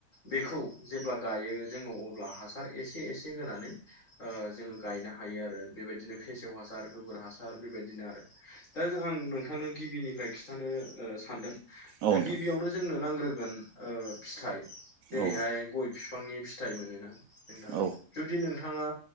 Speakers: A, on the left (about 55°); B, on the right (about 70°).
A: बेखौ जेब्ला गायो जोङो अब्ला हासार एसे एसे होनानै ओ जोङो गायनो हायो आरो बेबायदिनो फेसेव हासार गोबोर हासार बेबायदिनो आरो। दा जों आं नोंथांनो गिबिनिफ्राय खिन्थानो ओ सानदों।
B: औ
A: दा
B: नोंथां
A: गिबियावनो जोंनो नांग्रोगोन ओ फिथाइ जेरैहाय
B: औ
A: गय बिफांनि फि थाइ मोनोना नोंथा। ं
B: औ
A: जुदि नोंथाङा